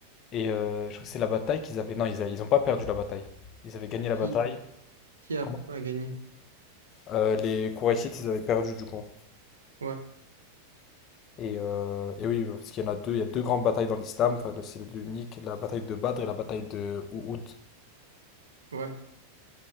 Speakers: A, on the left; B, on the right.
A: Et euh, je crois que c'est la bataille qu'ils avaient... Non, ils, a- ils ont pas perdu la bataille. Ils avaient gagné la
B: qui
A: bataille.
B: qui a,
A: Comment?
B: a gagné
A: Euh, les Qurayshites, ils avaient perdu, du coup.
B: ouais
A: Et, euh, et oui, parce qu'il y en a deux, il y a deux grandes batailles dans l'islam, enfin, c'est les deux uniques, la bataille de Badr et la bataille de Uhud.
B: ouais